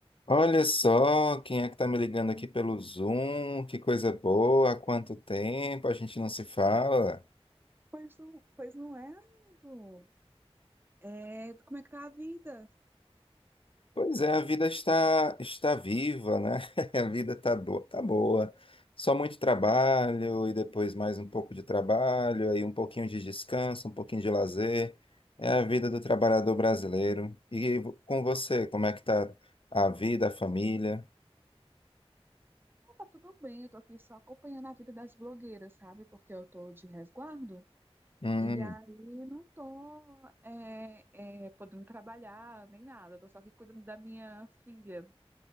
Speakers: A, on the left (about 55°); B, on the right (about 20°).
A: Olha só, quem é que tá me ligando aqui pelo Zoom? Que coisa boa, há quanto tempo a gente não se fala?
B: Pois não, pois não é, amigo. É, como é que tá a vida?
A: Pois é, a vida está está viva, né? <laughs> A vida tá boa, tá boa. Só muito trabalho e depois mais um pouco de trabalho, aí um pouquinho de descanso, um pouquinho de lazer. É a vida do trabalhador brasileiro. E com você, como é que tá a vida, a família?
B: Ah, Tá tudo bem, eu tô aqui só acompanhando a vida das blogueiras, sabe? Porque eu tô de resguardo
A: Hum,
B: e aí não tô é, é, podendo trabalhar nem nada, tô só aqui cuidando da minha filha.